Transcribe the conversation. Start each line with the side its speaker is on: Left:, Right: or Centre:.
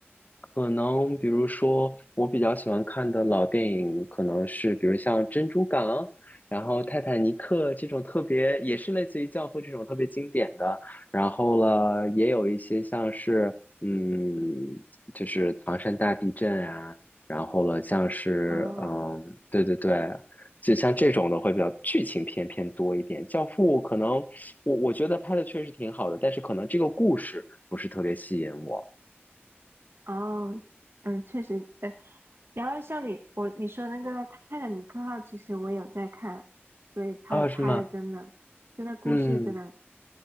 Left: 可能比如说，我比较喜欢看的老电影，可能是比如像《珍珠港》，然后《泰坦尼克》这种特别，也是类似于《教父》这种特别经典的。然后了，也有一些像是，嗯，就是唐山大地震啊，然后了，像是，
Right: 哦
Left: 嗯，对对对，就像这种的会比较剧情片偏多一点。《教父》可能我我觉得拍的确实挺好的，但是可能这个故事不是特别吸引我。
Right: 哦，嗯，确实，哎，然后像你我你说那个《泰坦尼克号》，其实我有在看，对，他拍的真的真的故事真的，
Left: 啊，是吗？嗯